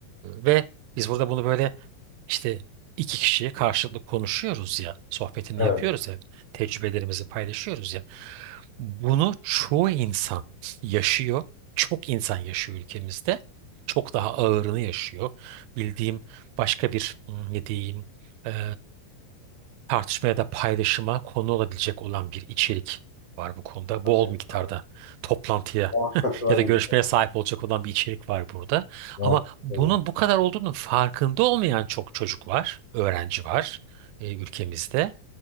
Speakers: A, on the right; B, on the left.
A: ve biz burada bunu böyle İşte iki kişiye karşılıklı konuşuyoruz ya, sohbetini
B: Evet.
A: yapıyoruz ya, tecrübelerimizi paylaşıyoruz ya. Bunu çoğu insan yaşıyor. Çok insan yaşıyor ülkemizde. Çok daha ağırını yaşıyor. Bildiğim başka bir hmm, ne diyeyim eee, tartışma ya da paylaşıma konu olabilecek olan bir içerik var bu konuda.
B: Tabii,
A: Bol miktarda
B: tabii.
A: toplantıya
B: Muhakkak
A: <laughs>
B: öyledir
A: ya da görüşmeye
B: ya.
A: sahip olacak olan bir içerik var burada.
B: Muhakkak.
A: Ama bunun
B: öyledir.
A: bu kadar olduğunun farkında olmayan çok çocuk var, öğrenci var e, ülkemizde.